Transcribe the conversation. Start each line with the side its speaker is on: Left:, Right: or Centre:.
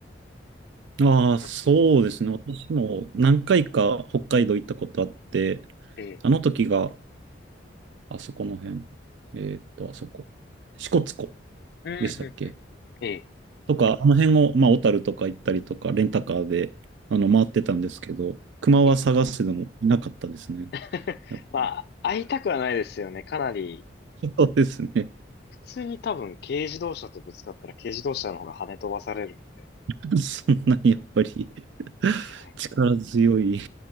Right: ああ、
Left: まあす
Right: そうですね。私も何回か北海道行ったことあって、
Left: ええ、
Right: あの時が、あそこの辺、えーっと、あそこ、支笏湖
Left: うん、うん、
Right: でしたっけ
Left: うん。ええ、
Right: とか、あの辺を、まあ、小樽とか行ったりとか、レンタカーで、あの、回ってたんですけど、熊は探してでもいなかったですね。
Left: ええ。<laughs>
Right: やっぱ
Left: まあ、会いたくはないですよね。かなり、
Right: そうですね。
Left: 普通に多分軽自動車とぶつかったら軽自動車の方が跳ね飛ばされるんで、
Right: <laughs> そんなにやっぱり <laughs>
Left: 強いので、
Right: 力強い。